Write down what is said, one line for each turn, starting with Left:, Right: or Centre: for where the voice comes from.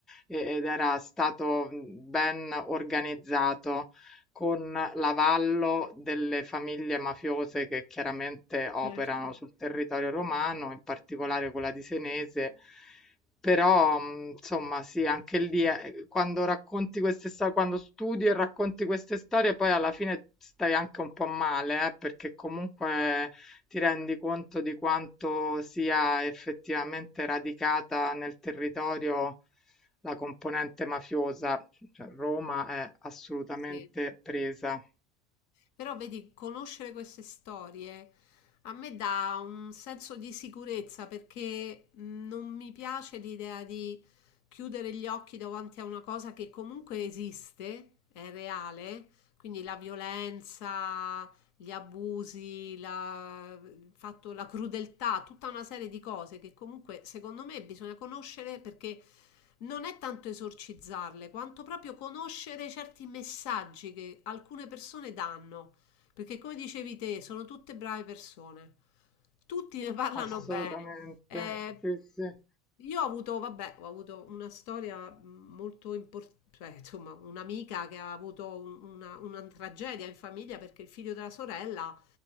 Centre: eh, ed era stato mh, ben organizzato con l'avallo delle famiglie mafiose che chiaramente operano
Left: certo,
Centre: sul territorio romano, in particolare quella di Senese però, mhmm, insomma, sì, anche lì è quando racconti queste sto quando studi e racconti queste storie, poi alla fine stai anche un po' male, eh, perché comunque ti rendi conto di quanto sia effettivamente radicata nel territorio la componente mafiosa. Cioè, Roma è assolutamente
Left: sì.
Centre: presa.
Left: Però vedi, conoscere queste storie a me dà un senso di sicurezza perché mh, non mi piace l'idea di chiudere gli occhi davanti a una cosa che comunque esiste, è reale, quindi la violenza, gli abusi, la, il fatto- la crudeltà, tutta una serie di cose che comunque secondo me bisogna conoscere perché non è tanto esorcizzarle, quanto proprio conoscere certi messaggi che alcune persone danno. Perché come dicevi te, sono tutte brave persone. Tutti ne parlano
Centre: Assolutamente.
Left: bene. Eh,
Centre: Sì, sì.
Left: io ho avuto, vabbè, ho avuto una storia mh, molto importante, insomma, un'amica che ha avuto un- una, una tragedia in famiglia perché il figlio della sorella